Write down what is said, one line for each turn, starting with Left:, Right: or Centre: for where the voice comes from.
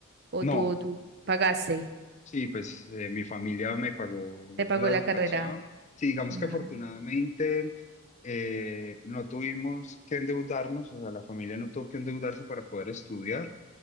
Right: o
Left: No,
Right: tú, tú pagaste,
Left: sí, pues eh, mi familia me pagó
Right: te pagó
Left: la educación.
Right: la carrera.
Left: Sí, digamos que
Right: Ah,
Left: afortunadamente eh, no tuvimos que endeudarnos, o sea, la familia no tuvo que endeudarse para poder estudiar.